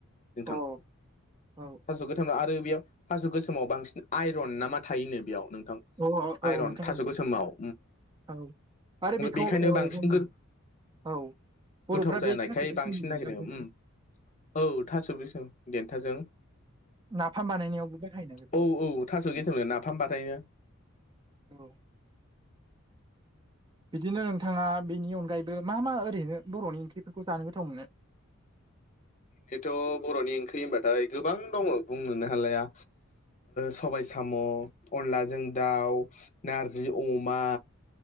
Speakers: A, on the left; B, on the right.
A: नोंथां
B: औ
A: थास'
B: औ
A: गोथां आरो बेयाव थास' गोसोमाव बांसिन आइरन ना मा थायोनो बेयाव नोंथां
B: औ औ
A: आइरन
B: नोंथां
A: थास' गोसोमाव
B: औ आरो बेखौ
A: बेखायनो
B: औ
A: बांसिन
B: जों
A: गो
B: औ बर'फ्रा
A: गोथाव जानायखाय
B: बे थास' गोसोमनि
A: बांसिन
B: देन्थाखौनो
A: नागिरो ओम औ थास' बिसं देन्थाजों
B: नाफाम बानायनायावबो बाहायो
A: औ औ थास' <unintelligible> नाफाम बानायो
B: औ बिदिनो नोंथाङा बिनि अनगायैबो मा मा ओरैनो बर'नि ओंख्रिफोरखौ जानो गोथाव मोनो
A: जेथ' बर'नि ओंख्रि होनबाथाय गोबां दङ बुंनोनो हालाया सबाइ साम' अनलाजों दाउ नारजि अमा